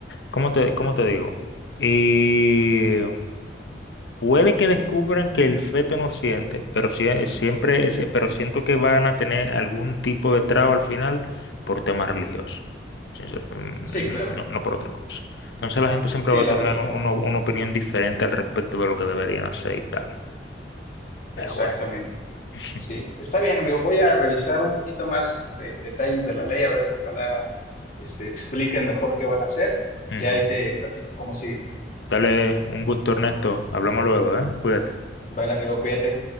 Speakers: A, on the left; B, on the left.
A: ¿cómo te, cómo te digo? Y puede que descubran que el feto no siente, pero sie- eh, siempre, es- pero siento que van a tener algún tipo de traba al final por temas religiosos. Sincer- mm,
B: Sí, claro,
A: No, no por otra cosa. Entonces la gente siempre
B: sí,
A: va
B: la
A: a tener
B: religión,
A: uno- una opinión diferente al respecto de lo que deberían hacer y tal.
B: exactamente.
A: Pero bueno. <laughs>
B: Sí, está bien, amigo. Voy a revisar un poquito más eh, detalles de la ley, a ver, ojalá este, expliquen mejor qué van a hacer
A: Ujú.
B: y ahí te platico cómo sigue.
A: Dale, un gusto, Ernesto. Hablamos luego, ¿eh? Cuídate.
B: Vale, amigo, cuídate.